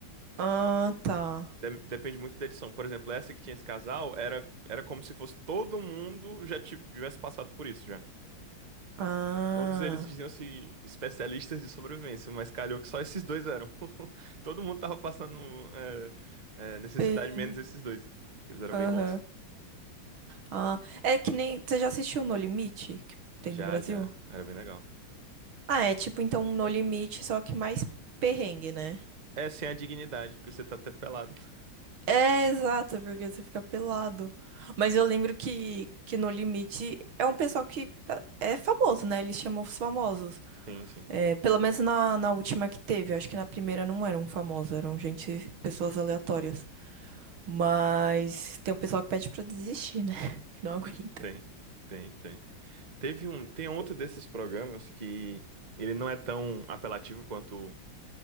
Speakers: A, on the right; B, on the right.
A: Ah, tá.
B: Dem- Depende muito da edição. Por exemplo, essa que tinha esse casal era, era como se fosse todo mundo já ti- tivesse passado por isso já.
A: Ah.
B: Todos eles diziam-se especialistas de sobrevivência, mas calhou que só esses dois eram. <laughs> Todo mundo tava passando é, é, necessidade
A: Bem.
B: menos esses dois, que eles eram
A: Aham.
B: bem bons.
A: Ah. É que nem. Você já assistiu No Limite? Que tem
B: Já,
A: do Brasil?
B: já, era bem legal.
A: Ah, é tipo, então, um No Limite, só que mais perrengue, né?
B: É, sem a dignidade, porque você tá até pelado. <laughs>
A: É, exato, porque você fica pelado. Mas eu lembro que, que no Limite é um pessoal que tá- é famoso, né? Eles chamam os famosos.
B: Sim, sim,
A: É, pelo menos na, na última que teve. Eu acho que na primeira não eram famosos, eram gente, pessoas aleatórias. Mas tem um pessoal que pede pra desistir, né? <laughs> Que não aguenta.
B: tem, tem, tem. Teve um, tem outro desses programas que ele não é tão apelativo quanto